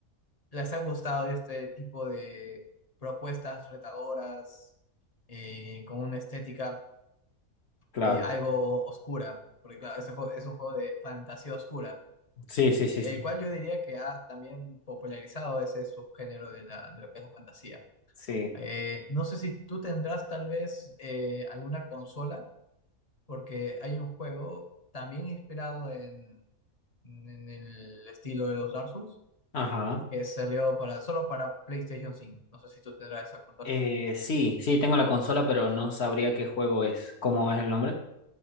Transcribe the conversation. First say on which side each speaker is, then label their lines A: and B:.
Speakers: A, on the left; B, on the left.
A: les ha gustado este tipo de propuestas retadoras eh, con una estética
B: claro.
A: eh, algo oscura, porque claro, ese jue- es un juego de fantasía oscura
B: Sí, sí,
A: eh,
B: sí, sí.
A: el cual yo diría que ha también popularizado ese subgénero de, la, de lo que es la fantasía.
B: Sí.
A: Eh, no sé si tú tendrás tal vez eh, alguna consola, porque hay un juego también inspirado en, en el estilo de los Dark Souls,
B: Ajá.
A: que salió para, solo para PlayStation 5. No sé si tú tendrás esa consola.
B: Eh, sí, sí, tengo la consola, pero no sabría qué juego es, cómo es el nombre.